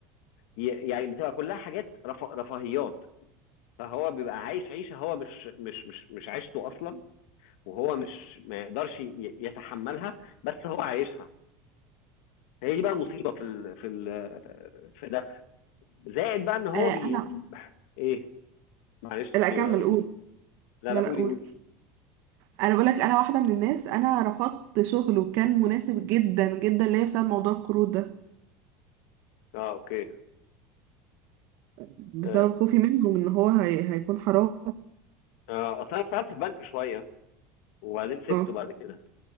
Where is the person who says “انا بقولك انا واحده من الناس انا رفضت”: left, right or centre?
Right